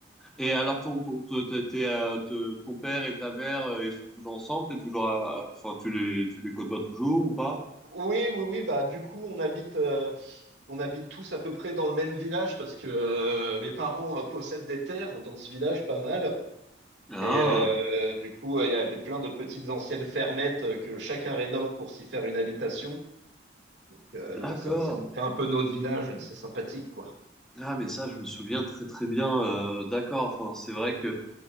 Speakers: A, in the centre; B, on the right (about 65°).
A: Et alors ton, ton, ton, t'es- t'es, euh, te- ton père et ta mère, euh, ils sont toujours ensemble? T'es toujours, à- enfin, tu les, tu les côtoies toujours ou pas?
B: Oui, oui, oui, bah du coup, on habite... euh, on habite tous à peu près dans le même village parce que euh, mes parents euh, possèdent des terres dans ce village pas mal.
A: Ah,
B: Et euh, euh, du coup, euh, il y avait plein de petites anciennes fermettes euh, que chacun rénove pour s'y faire une habitation. Donc euh,
A: d'accord.
B: non, ça, ça nous fait un peu notre village, c'est sympathique quoi.
A: Ah, mais ça, je me souviens très très bien. euh, d'accord. Enfin, c'est vrai que